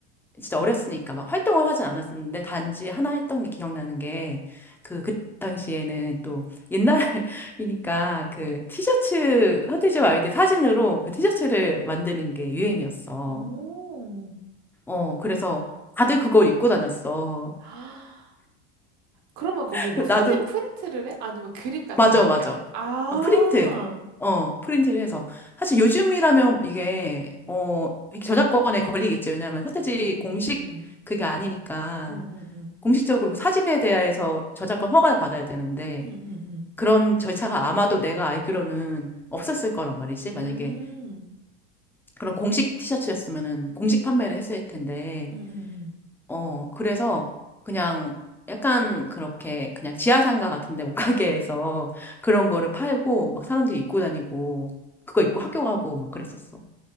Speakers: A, in the centre; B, on the right.
A: 진짜 어렸으니까 막 활동을 하진 않았었는데 단지 하나 했던 게 기억나는 게 그 그 당시에는 또 옛날이니까 그 티셔츠 서태지와 아이들 사진으로 그 티셔츠를 만드는 게 유행이었어.
B: 오. <gasps>
A: 어 그래서 다들 그걸 입고 다녔어.
B: 아, 그러면
A: <laughs>
B: 거기 뭐 사진
A: 나도
B: 프린트를 해? 아니면 그림 같은
A: 맞아,
B: 거 그려?
A: 맞아.
B: 아,
A: 아, 프린트. 어, 프린트를 해서. 사실 요즘이라면 이게, 어, 저작권에 걸리겠죠. 왜냐하면 서태지
B: 응, 응,
A: 공식
B: 응, 응,
A: 그게 아니니까.
B: 응, 응, 응,
A: 공식적으로 그 사진에 대해서 저작권 허가를 받아야 되는데,
B: 응, 응, 응,
A: 그런 절차가 아마도 내가 알기로는 없었을 거란 말이지.
B: 음.
A: 만약에 그런 공식 티셔츠였으면은 공식 판매를 했을 텐데,
B: 응, 응, 응.
A: 어, 그래서 그냥 약간 그렇게 그냥 지하상가 같은데 옷가게에서 그런 거를 팔고 막 사람들이 입고 다니고 그거 입고 학교 가고 막 그랬었어.